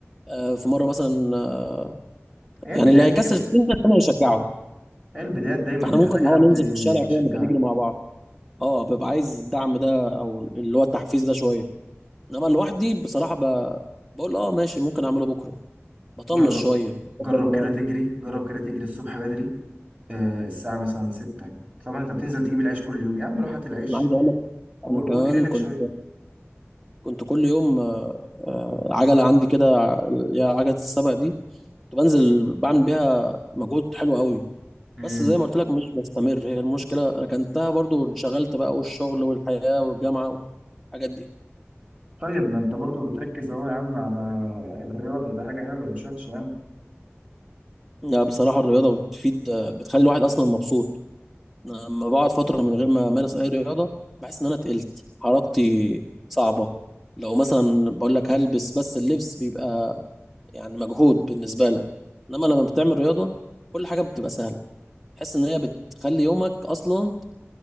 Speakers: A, in the centre; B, on the right.
A: آه، في مرة مثلا آه،
B: هي البدايات
A: يعني اللي هيكسل
B: كده
A: فينا أنا هيشجعه
B: هي البدايات دايما
A: فإحنا
B: بتحتاج
A: ممكن الأول
B: حد
A: ننزل في الشارع
B: يشجعك
A: كده نبقى نجري مع بعض أه ببقى عايز الدعم ده أو اللي هو التحفيز ده شوية إنما لوحدي بصراحة ب... بقول أه ماشي ممكن أعمله بكرة بطنش
B: جرب
A: شوية
B: جرب
A: بكبر دماغي
B: كده تجري جرب كده تجري الصبح بدري آه، الساعة مثلا ستة طبعا انت بتنزل تجيب العيش كل يوم يا عم روح هات العيش
A: أنا عايز أقول لك
B: و-
A: أنا كمان
B: واجري لك
A: كنت
B: شوية
A: كنت كل يوم آه، آه، عجلة عندي كده اللي هي عجلة السبق دي كنت بنزل بعمل بيها مجهود حلو قوي
B: امم
A: بس زي ما قلت لك مش بستمر هي المشكله ركنتها برضو وانشغلت بقى والشغل والحياه والجامعه والحاجات دي
B: طيب ما انت برضو بتركز اهو يا عم على الرياضة ده حاجة حلوة مش وحشة يعني
A: لا بصراحه الرياضه بتفيد بتخلي الواحد اصلا مبسوط أنا لما بقعد فتره من غير ما امارس اي رياضه بحس ان انا تقلت حركتي صعبه لو مثلا بقول لك هلبس بس اللبس بيبقى يعني مجهود بالنسبه لك انما لما بتعمل رياضه كل حاجه بتبقى سهله تحس ان هي بتخلي يومك اصلا